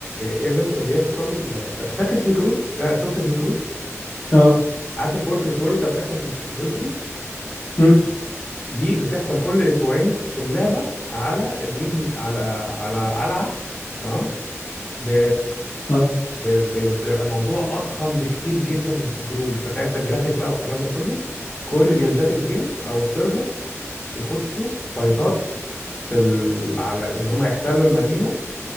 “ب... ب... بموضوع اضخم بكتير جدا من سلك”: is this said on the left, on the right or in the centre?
Left